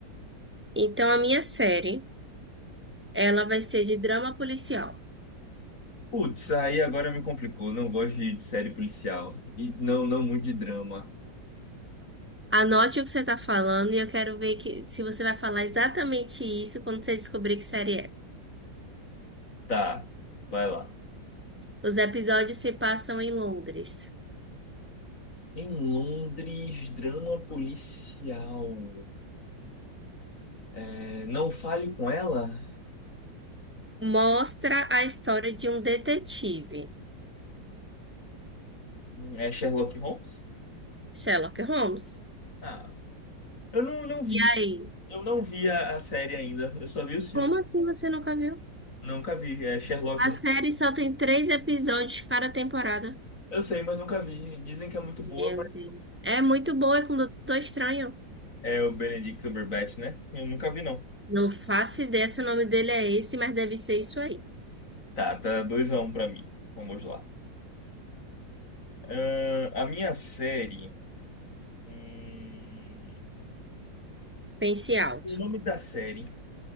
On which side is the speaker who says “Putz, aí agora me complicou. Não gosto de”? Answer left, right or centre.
Left